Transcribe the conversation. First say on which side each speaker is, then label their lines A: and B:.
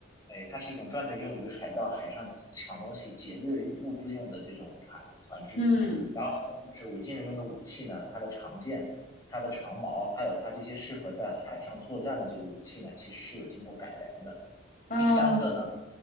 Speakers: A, on the left; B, on the left.
A: 对，它是一种专门用于海盗海上抢东西、劫掠用物资用的这种船船只，
B: 嗯嗯
A: 然后还有就是维京人用的武器呢，它的长剑、它的长矛，还有它这些适合在海上作战的这个武器呢，其实是有经过改良的。
B: 嗯，
A: 第三个呢。